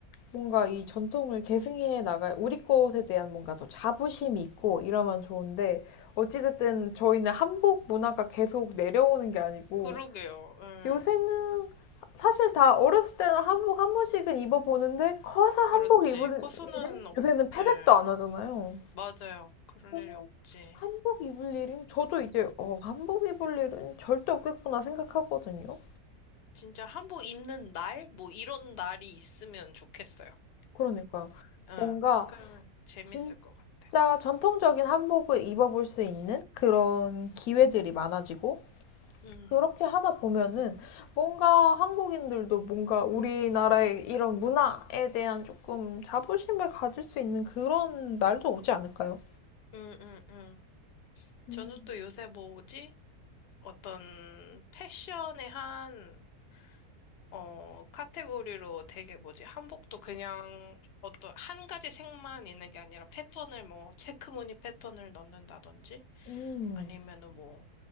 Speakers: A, on the left; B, on the left.
A: 뭔가 이 전통을 계승해 나갈 우리 것에 대한 뭔가 더 자부심이 있고 이러면 좋은데, 어찌됐든 저희는 한복 문화가 계속 내려오는 게 아니고,
B: 그러게요. 음,
A: 요새는 사실 다 어렸을 때는 한복 한 번씩은 입어보는데 커서 한복
B: 그렇지.
A: 입을
B: 커서는
A: 일은
B: 없,
A: 요새는 패백도
B: 예,
A: 안 하잖아요.
B: 맞아요. 그럴
A: 그래서
B: 일이 없지.
A: 한복 입을 일은 저도 이제 어, 한복 입을 일은 절대 없겠구나 생각하거든요.
B: 진짜 한복 입는 날? 뭐 이런 날이 있으면 좋겠어요.
A: 그러니까
B: 응.
A: 뭔가
B: 그러면 재밌을
A: 진짜
B: 것 같아.
A: 전통적인 한복을 입어볼 수 있는 그런 기회들이 많아지고
B: 음,
A: 그렇게 하다 보면은 뭔가 한국인들도 뭔가 우리나라의 이런 문화에 대한 조금 자부심을 가질 수 있는 그런 날도 오지 않을까요?
B: 음, 음, 음.
A: 음,
B: 저는 또 요새 뭐지? 어떤 패션의 한, 어, 카테고리로 되게 뭐지? 한복도 그냥 어떤 한 가지 색만 있는 게 아니라 패턴을 뭐, 체크무늬 패턴을 넣는다든지
A: 음,
B: 아니면은 뭐,